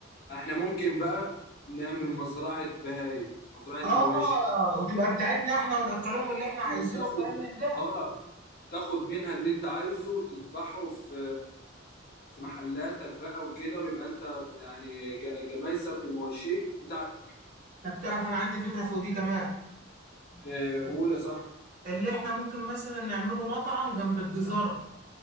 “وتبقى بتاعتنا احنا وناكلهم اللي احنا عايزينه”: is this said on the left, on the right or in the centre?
Right